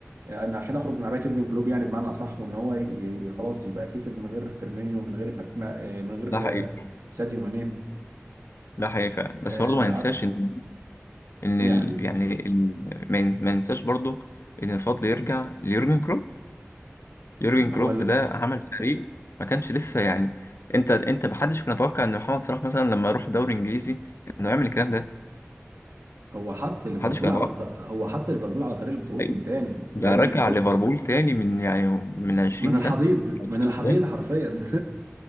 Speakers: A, on the right (about 90°); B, on the left (about 60°).
A: آه، ان عشان اخرج من عبايه يورجن كلوب يعني بمعنى اصح وان هو ي... ي- خلاص يبقى كسب من غير فيرمينيو من غير مبابي- آه، من غير
B: ده حقيقي
A: آه، ساديو ماني
B: ده حقيقي فعلا
A: آه،
B: بس برضه ما ننساش ان ان
A: إيه
B: ال...
A: يا حبيبي
B: يعني ال... ما ن- ما ننساش برضه ان الفضل يرجع ليورجن كلوب يورجن
A: هو
B: كلوب ده عمل فريق ما كانش لسه يعني انت انت محدش كان يتوقع ان محمد صلاح مثلا لما يروح دوري انجليزي انه يعمل الكلام ده
A: هو حط ليفربول
B: محدش كان
A: على
B: يتوقع
A: الط... هو حط ليفربول على طريق البطولات
B: ايوه
A: من تاني
B: ده
A: هو يورجن
B: رجع
A: كلوب
B: ليفربول تاني من يعني من 20
A: من
B: سنة
A: الحضيض من الحضيض
B: قدام
A: حرفيا